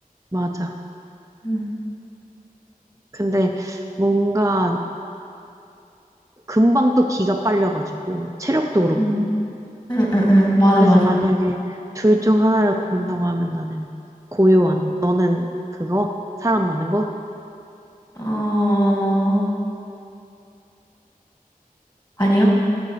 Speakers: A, on the right; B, on the left.
A: 맞아.
B: 음.
A: 근데 뭔가 금방 또 기가 빨려가지고, 체력도 그렇고.
B: 응, 응, 응, 응. 맞아,
A: 그래서
B: 맞아.
A: 만약에 둘 중 하나를 고른다고 하면 나는 고요한. 너는 그거? 사람 많은 곳?
B: 어, 아니요.